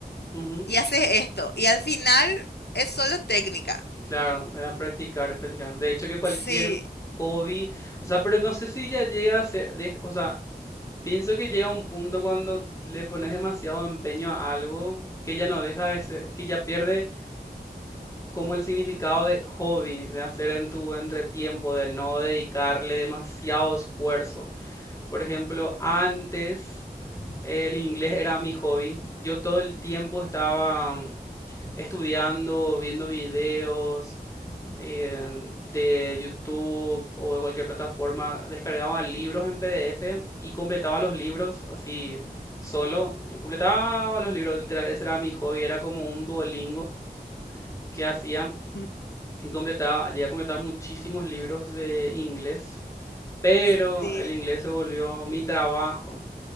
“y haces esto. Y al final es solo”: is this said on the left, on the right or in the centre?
Left